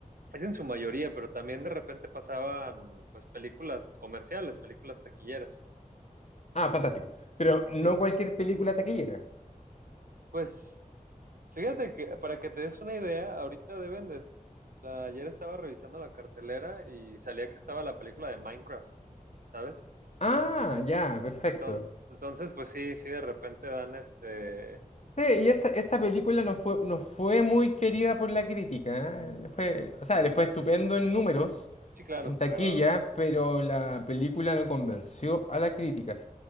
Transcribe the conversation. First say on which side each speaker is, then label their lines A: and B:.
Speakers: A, on the right; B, on the left.
A: Es en su mayoría, pero también de repente pasaban pues películas comerciales, películas taquilleras.
B: Ah, fantástico. Pero no
A: Sí,
B: cualquier película taquillera.
A: pues fíjate que para que te des una idea, ahorita deben de... la- ayer estaba revisando la cartelera y salía que estaba la película de Minecraft, ¿sabes?
B: Ah, ya, perfecto.
A: Enton- Entonces, pues sí, sí, de repente dan este...
B: Sí, y esa, esa película no fue, no fue muy querida por la crítica. ¿eh? Le Fue, o sea, le fue estupendo en números,
A: Sí, claro,
B: en taquilla,
A: pero...
B: pero la película no convenció a la crítica.